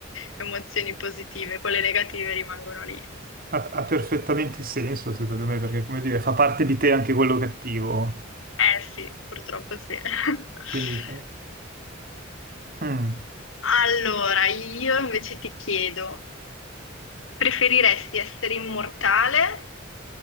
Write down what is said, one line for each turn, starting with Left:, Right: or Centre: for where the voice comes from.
Left: emozioni positive, quelle negative rimangono lì.
Right: Ha, ha perfettamente senso, secondo me, perché, come dire, fa parte di te anche quello cattivo.
Left: Eh sì, purtroppo sì. <laughs>
Right: Quindi, cioè, mm.
Left: Allora, io invece ti chiedo, preferiresti essere immortale?